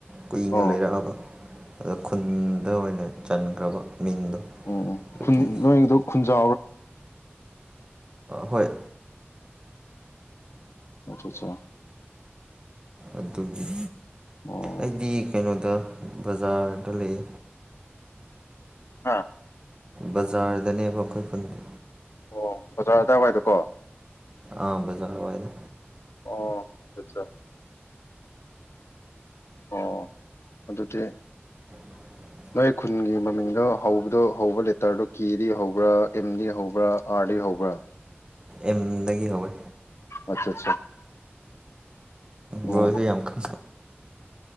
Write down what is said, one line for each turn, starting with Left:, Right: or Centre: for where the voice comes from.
Right: ꯀꯨꯏꯅ
Left: ꯑꯣ
Right: ꯂꯩꯔꯛꯑꯕ ꯑꯗ ꯈꯨꯟꯗ ꯑꯣꯏꯅ ꯆꯟꯈ꯭ꯔꯕ ꯃꯤꯡꯗꯣ
Left: ꯅꯣꯏꯗ
Right: ꯑꯗꯨꯒꯤ
Left: ꯈꯨꯟꯖ
Right: ꯍꯣꯏ
Left: ꯑꯆꯥ ꯑꯠꯆꯥ
Right: ꯑꯗꯨꯒꯤ
Left: ꯑꯣ
Right: ꯑꯩꯗꯤ ꯀꯩꯅꯣ ꯕꯖꯥꯔꯗ ꯂꯩ
Left: ꯑꯥ
Right: ꯕꯖꯥꯔꯗꯅꯦꯕ ꯑꯩꯈꯣꯏ ꯄꯨꯟꯗꯤ
Left: ꯑꯣ ꯕꯖꯥꯔ ꯑꯗꯨꯋꯥꯏꯗꯨꯀꯣ
Right: ꯑꯥ ꯕꯖꯥ ꯑꯣꯏꯗ
Left: ꯑꯣ ꯑꯆꯥ ꯑꯠꯆꯥ ꯑꯣ ꯑꯗꯨꯗꯤ
Right: <unintelligible>
Left: ꯅꯣꯏ ꯈꯨꯟꯒꯤ ꯃꯃꯤꯡꯗꯣ ꯍꯧꯕꯗꯣ ꯍꯧꯕ ꯂꯦꯇꯔꯗꯣ ꯀꯦꯗꯤ ꯍꯧꯕ꯭ꯔꯥ ꯑꯦꯝꯗꯤ ꯍꯧꯕ꯭ꯔꯥ ꯑꯥꯔꯗꯤ ꯍ ꯍꯧꯕ꯭ꯔ
Right: ꯑꯦꯝꯗꯒꯤ ꯍꯧꯋꯦ
Left: ꯑꯆꯥ ꯑꯠꯆꯥ ꯑꯣ
Right: ꯁꯨ ꯌꯥꯝ ꯀꯦ